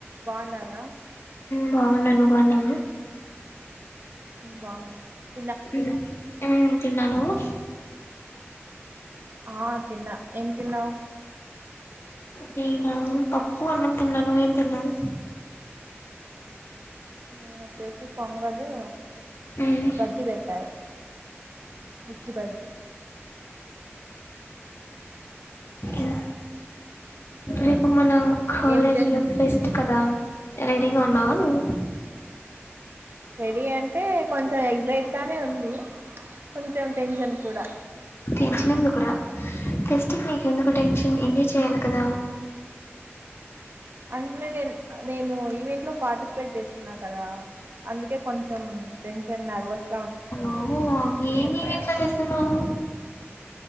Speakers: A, on the right (about 55°); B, on the left (about 65°).
A: బావునర
B: బాగున్నాను నువ్వు బాగున్నావా
A: బాగునా
B: ఇ ఏ తన్నా నువు
A: ఆ తిన్నా ఏం తిన్నావు
B: నేనా పప్పు అన్నం తినన్నా నువ్ ఏం తిన్నావ్
A: నేనొచ్చేసి పొంగలు
B: ఉమ్
A: బజ్జి పెట్టారు మిర్చి బజ్జి
B: ఇ రేపు మన కాలేజీలో
A: ఏం చేస్
B: ఫెస్ట్ కదా రెడీగా ఉన్నావ నువ్వు
A: రడి అంట అంటే కొంచెం ఎగ్జైట్గానే ఉంది కొంచెం టెన్షన్ కూడా
B: టెన్షన్ ఎందుకురా ఫెస్ట్కి నీకెందుకు టెన్షన్ ఎంజాయ్ చేయాలి కదా
A: అంటనే నే నేను ఈవెంట్ లో పార్టిసి ట్ చేస్తున్నా కదా అందుకే కొంచెం టెన్షన్ నర్వస్
B: ఓహ్ అవును ఏమేమి ఇంట్లో చేస్తున్నావు